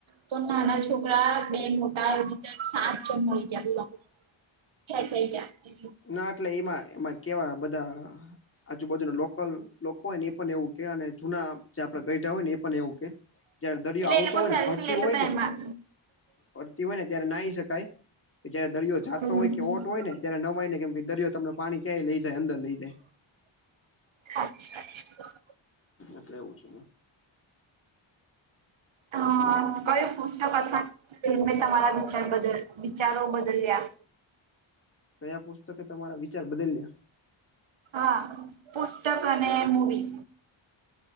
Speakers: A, on the right; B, on the left.
A: તો નાના છોકરા બે મોટા એતે સાત જણ મળી ગયા, બ ક જઈ ક <unintelligible>
B: ના, એટલે એમાં-એમાં કેવા બધા, આજુબાજુના લોકલ લોકો હોય ને, એ પણ એવું કે, અને જૂના જે આપડે ગયા હોય ને, એ પણ એવું કે જયારે દરિયો
A: એટલે
B: આવતો
A: એ લોકો
B: હોય
A: સેલ્ફી
B: ને, ફરતી
A: લેતા
B: હોય
A: હતા
B: ને,
A: એમાં
B: ફરતી હોય ને, ત્યારે નાહી શકાય. કે જયારે દરિયો જાતો
A: હમ
B: હોય. કે ઓટ હોય ને, ત્યારે નવાય ને કેમ કે, દરિયો તમને પાણી ક્યાંય લઈ જાય, અંદર લઈ જાય.
A: અચ્છા, અચ્છા.
B: એટલે એવું છે
A: અ
B: તો તમે
A: કયું પુસ્તક અથવા ફિલ્મે તમારા વિચાર બદલ વિચારો બદલ્યા.
B: કયા પુસ્તકે તમારા વિચાર બદલ્યા?
A: હા, પુસ્તક અને મૂવી.